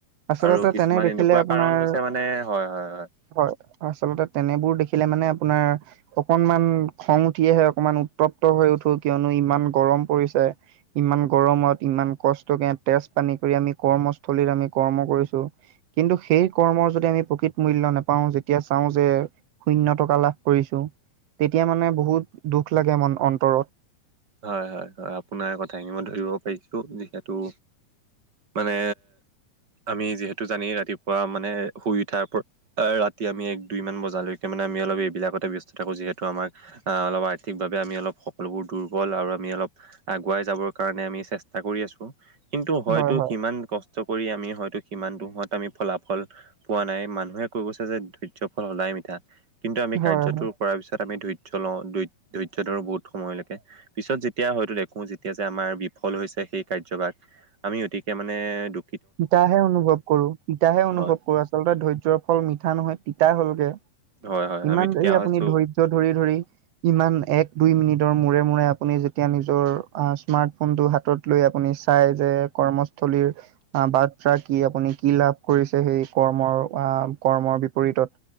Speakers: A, on the right; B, on the right.
A: আচলতে
B: আৰু কিছুমান
A: তেনে দেখিলে
B: এনেকুৱা
A: আপোনাৰ
B: কাৰণ হৈছে মানে হয়, হয়, হয়।
A: হয় আচলতে তেনেবোৰ দেখিলে মানে আপোনাৰ। অকণমান খং উঠি আহে অকণমান উত্তপ্ত হৈ উঠো কিয়নো ইমান গৰম পৰিছে। ইমান গৰমত ইমান কষ্টকে তেজ পানী কৰি আমি কৰ্মস্থলী আমি কৰ্ম কৰিছোঁ। কিন্তু সেই কৰ্মৰ যদি আমি প্ৰকৃত মূল্য নাপাওঁ যেতিয়া চাওঁ যে। শূন্য টকা লাভ কৰিছোঁ তেতিয়া মানে বহুত দুখ লাগে মন অন্তৰত।
B: হয় হয় হয় আপোনাৰ কথা খিনি মই ধৰিব পাৰিছোঁ যিহেতু। মানে আমি যিহেতু জানেই ৰাতিপুৱা মানে শুই উঠা প। আহ ৰাতি আমি এক দুই মান বজালৈকে মানে আমি অলপ এইবিলাকতে ব্যস্ত থাকো যিহেতু আমাক। আহ অলপ আৰ্থিকভাৱে আমি অলপ সকলোবোৰ দূৰ। বল আৰু আমি অলপ আগুৱাই যাবৰ কাৰণে আমি চেষ্টা কৰি আছোঁ। কিন্তু হয়তো
A: হয় হয়
B: সিমান কষ্ট কৰি আমি হয়তো সিমানতো দুখত আমি ফলাফল। পোৱা নাই মানুহে কৈ গৈছে যে ধৈৰ্য্য ফল সদায় মিঠা। কিন্তু আমি
A: হয়
B: কাৰ্যটো
A: হয়।
B: কৰাৰ পিছত আমি ধৈৰ্য্য লও ধৈ ধৈৰ্য্য ধৰো বহুত সময়লেকে। পিছত যেতিয়া হয়তো দেখোঁ যেতিয়া যে আমাৰ বিফল হৈছে সেই কাৰ্যভাগ আমি অতিকে মানে দু।
A: তিতাহে অনুভৱ কৰোঁ তিতাহে অনুভৱ
B: হয়
A: কৰোঁ আচলতে ধৈৰ্য্য ফল মিঠা নহয় তিতা হ'লগে।
B: হয় হয়
A: ইমান
B: আমি তেতিয়া
A: দেৰি আপুনি
B: হৈছো
A: ধৈৰ্য্য ধৰি ধৰি। ইমান এক দুই মিনিটৰ মূৰে মূৰে আপুনি যেতিয়া নিজৰ স্মাৰ্টফোনটো হাতত। লৈ আপুনি চাই যে কৰ্মস্থলীৰ। অহ বাৰ্তা কি আপুনি কি লাভ কৰিছে সেই কৰ্মৰ আহ কৰ্মৰ বিপৰীতত।